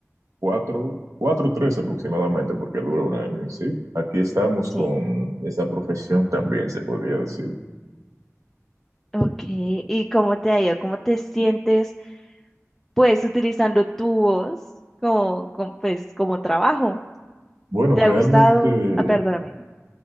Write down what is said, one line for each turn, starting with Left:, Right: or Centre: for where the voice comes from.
Right: cuatro, cuatro o tres aproximadamente, porque dura un año. Y sí, aquí estamos
Centre: Sí.
Right: con esa profesión también, se podría decir.
Centre: Ok, ¿y cómo te ha ido? ¿Cómo te sientes pues utilizando tu voz como, como, pues como trabajo?
Right: Bueno,
Centre: ¿Te
Right: realmente
Centre: ha gustado? Ah, perdóname.